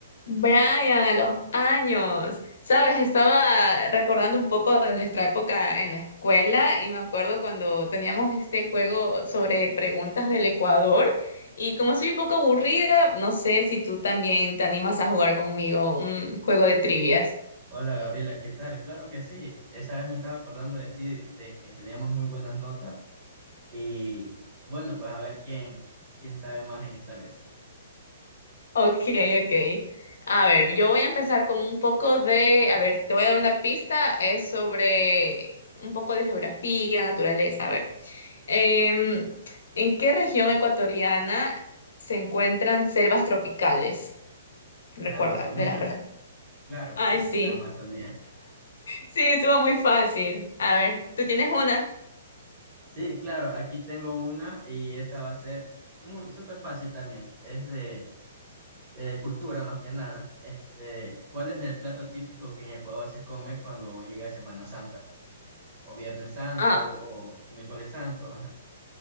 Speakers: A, on the left (about 75°); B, on the right (about 30°).
A: Brian, a los años, ¿sabes? Estaba recordando un poco de nuestra época en la escuela y me acuerdo cuando teníamos este juego sobre preguntas del Ecuador y como soy un poco aburrida, no sé si tú también te animas a jugar conmigo un juego de trivias. <laughs>
B: Hola Gabriela, ¿qué tal? Claro que sí. Esa vez me estaba acordando de ti, de que teníamos muy buenas notas. Y bueno, pues a ver quién, quién sabe más en esta vez.
A: Ok, ok. A ver, yo voy a empezar con un poco de, a ver, te voy a dar una pista, es sobre un poco de geografía, naturaleza, a ver. Em, ¿en qué región ecuatoriana se encuentran selvas tropicales? Recuerda,
B: En la Amazonía.
A: de las regiones.
B: Claro
A: Ay,
B: que sí,
A: sí,
B: en la Amazonía.
A: sí, estuvo muy fácil. A ver, ¿tú tienes una?
B: Sí, claro, aquí tengo una y esta va a ser muy súper fácil también. Es de eh, cultura más que nada. Este, ¿cuál es el plato típico que en Ecuador se come cuando llega Semana Santa? O Viernes Santo
A: Ah,
B: o Miércoles Santo. ajá.